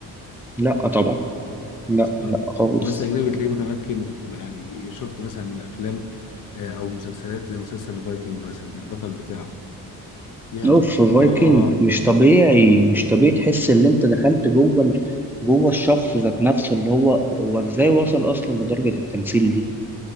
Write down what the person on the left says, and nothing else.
أصلاً
الممثل الأجنبي تلاقيه متمكن يعني شفت مثلا من أفلام آه، أو مسلسلات زي مسلسل الفايكنج مثلا البطل بتاعه يا
الله